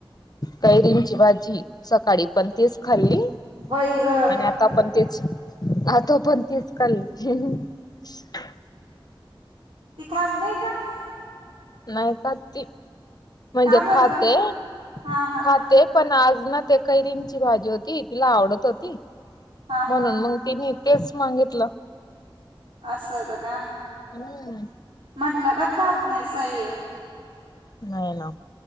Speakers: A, on the left; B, on the right.
A: कैरींची भाजी, सकाळी पण तीच खाल्ली,
B: बाई ग
A: आणि आता आपण तेऽऽ हा तो पण तीच खाल्ली हहहह
B: ति खात नाई काऽ?
A: नाही खात ती, म्हणजे
B: का बरं
A: खाते,
B: ग हा हा
A: खाते पण आजऽ ना ते खैरींची भाजी होती,,, तिला आवडत होती
B: हा
A: म्हणून
B: हा
A: मग तिऽऽ तेच मागितलं!
B: असं हुत का?,
A: हम्म.
B: म्हटलं का खात नाही सई!
A: नाही ना,